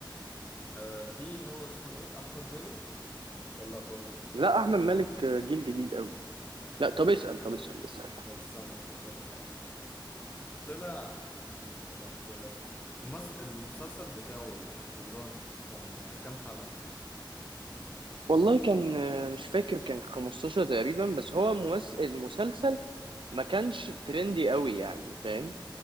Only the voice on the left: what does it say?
آه، في اللي هو اسمه إيه أحمد مالك ولا لأ برضه
طب استنى أفكر آه، طلع طب آه، المس... المسلسل بتاعه اللي كان في رمضان كان آه، كام حلقة؟